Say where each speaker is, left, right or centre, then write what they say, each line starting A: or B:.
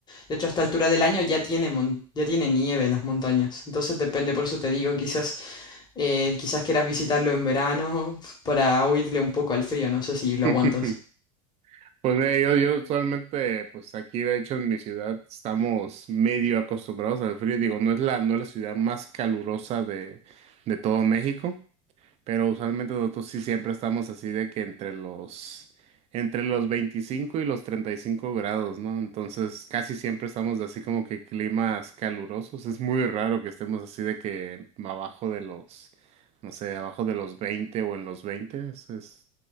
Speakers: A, on the left (about 25°); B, on the right (about 35°).
A: De hecho, a esta altura del año ya tiene, mon- ya tiene nieve las montañas. Entonces depende, por eso te digo, quizás, eh, quizás quieras visitarlo en verano para huirle un poco al frío. No sé si lo
B: <laughs>
A: aguantas.
B: Pues mira, yo, yo usualmente, pues aquí de hecho en mi ciudad estamos medio acostumbrados al frío. Digo, no es la, no es la ciudad más calurosa de, de todo México, pero usualmente nosotros sí siempre estamos así de que entre los, entre los 25 y los 35 grados, ¿no? Entonces casi siempre estamos de así como que climas calurosos. Es muy raro que estemos así de que abajo de los, no sé, abajo de los 20 o en los 20. Es, es-